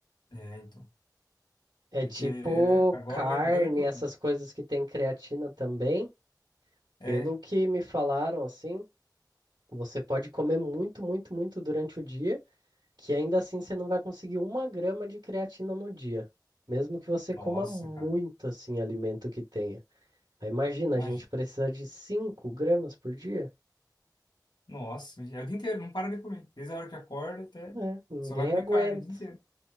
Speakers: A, on the left; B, on the right.
A: É, então.
B: É
A: Porque
B: tipo
A: é, agora,
B: carne,
A: lembrando que eu
B: essas
A: vi.
B: coisas que tem creatina também.
A: É,
B: Pelo que me falaram, assim, você pode comer muito, muito, muito durante o dia, que ainda assim você não vai conseguir uma grama de creatina no dia, mesmo que você
A: nossa,
B: coma muito,
A: cara.
B: assim, alimento que tenha. Aí imagina,
A: Imagina.
B: a gente precisa de cinco gramas por dia?
A: Nossa, imagina. é o dia inteiro, não para de comer. Desde a hora que acorda até.
B: É, ninguém
A: Só vai comer
B: aguenta.
A: carne o dia inteiro.